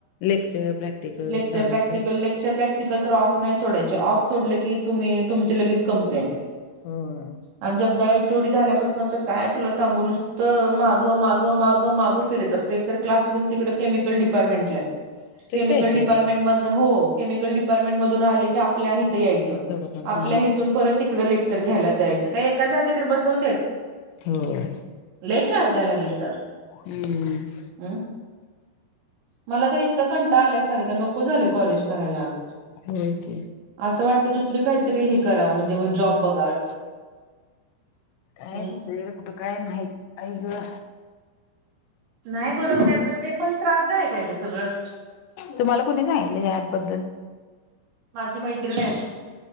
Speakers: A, on the left; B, on the right.
A: लेक्चर प्रॅक्टिकल
B: लेक्चर
A: चालूच
B: प्रॅक्टिकल,
A: आहे
B: लेक्चर प्रॅक्टिकल तर ऑफ नाही सोडायचे ऑफ सोडलं की तुम्ही तुमची लगेच कंप्लेंट
A: होय
B: आणि जगदाळे एच ओ डी झाल्यापासन तर काय तुला सांगू नुसत तर मागं माग मागं मागं फिरत असतोय एक तर क्लासरूम तिकड केमिकल डिपार्टमेंटला आहेत.
A: स्ट्रिक्ट
B: केमिकल
A: आहेत
B: डपार्टमेंटमधन
A: काय ते
B: हो केमिकल डिपार्ट पार्टमेंट मधून आले की आपल्या इथ यायचं
A: थोडंफार हा
B: आपल्या इथून परत तिकड लेक्चर घ्यायला जायचं काय एका जागी तर बसवत्यात
A: होय
B: लई त्रास द्याय लागल्यात अगं
A: हम्म
B: हम् मला तर इतका कंटाळा आलाय सारीका नको झालंय कॉलेज करायला अगं
A: होय की
B: असं वाटतं दुसरी काहीतरी हे करावं म्हणजे म जॉब बघ
A: <inaudible> काय
B: हं.
A: ते <unintelligible> कुठे काय नाही आई ग <inaudible>
B: नाही बरोबर आहे पण हे पण त्रासदायक आहे गं सगळं
A: तुम्हाला कोणी सांगितलं ह ऍप बद्दल
B: माझी मैत्रिन ण